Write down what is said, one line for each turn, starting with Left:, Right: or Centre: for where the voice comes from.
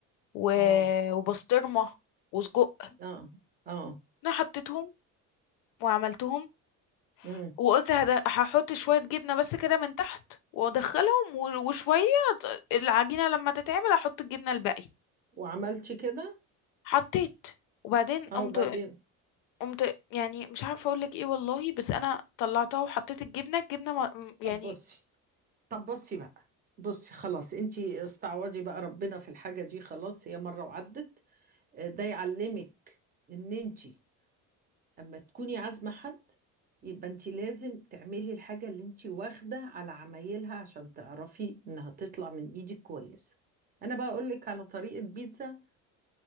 Left: و...
Right: اه
Left: وبسطرمه وسجق
Right: اه اه
Left: انا حطيتهم وعملتهم
Right: امم
Left: وقلت هد- هحط شويه جبنه بس كده من تحت وادخلهم و- وشويه العجينه لما تتعمل احط الجبنه الباقي
Right: وعملتي كده
Left: حطيت وبعدين قمت
Right: اه وبعدين
Left: قمت يعني مش عارفه اقول لك ايه والله بس انا طلعتها وحطيت الجبنه الجبنه ما م- يعني
Right: طب بصي طب بصي بقى بصي خلاص انتي استعوضي بقى ربنا في الحاجة دي خلاص هي مرة وعدت آه، ده يعلمك ان انتي اما تكوني عازمه حد يبقى انت لازم تعملي الحاجه اللي انت واخده على عمايلها عشان تعرفي انها تطلع من ايدك كويسه انا بقى اقول لك على طريقه بيتزا